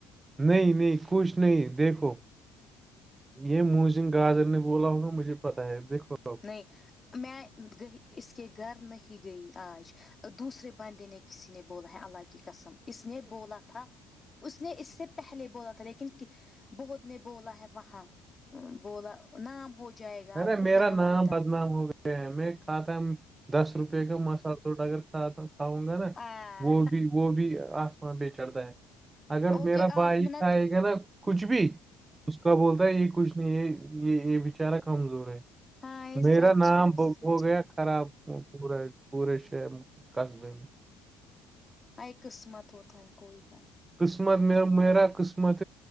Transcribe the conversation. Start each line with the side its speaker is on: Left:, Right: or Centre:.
Right: نہیں نہیں کچھ نہیں دیکھو یہ موزن گاجر نے بولا ہوگا مجھے پتاہ ہے بو
Left: نہیں میں گ اس کے گھر نہیں گئی آج دوسرے بندے نے کسی نے بولا ہے اللہ کی قسم اس نے بولا تھا اس نے اس سے پہلے بولا تھا لیکن بہت نے بولا ہے وہاں بولا نام ہو جائے گا
Right: ارے
Left: آپ کو
Right: میرا
Left: برا
Right: نام
Left: لگتا
Right: بدنام
Left: ہے
Right: ہو گیا ہے میں کھتا دس روپئے کا مسالہ ثوٹ اگر کھاؤں گانا
Left: ہاں
Right: وہ بھی وہ بھی آ سر پہ چڑتا ہے اگر
Left: اوکے
Right: میرا بھائی
Left: آٹھ منٹ
Right: کھائے گانا کچھ بھی اس کا بولتا ہے یہ کچھ نہیں ہے یہ یہ بچارا کمزور ہے
Left: ہاں یہ سچ
Right: میرا نام
Left: میں
Right: ہو
Left: سچ
Right: گیا خراب پورا <unintelligible> پورے شہر میں قصبے میں
Left: ہے قسمت ہوتا ہے کوئی بات <unintelligible>
Right: قسمت میںیر میرا قسمت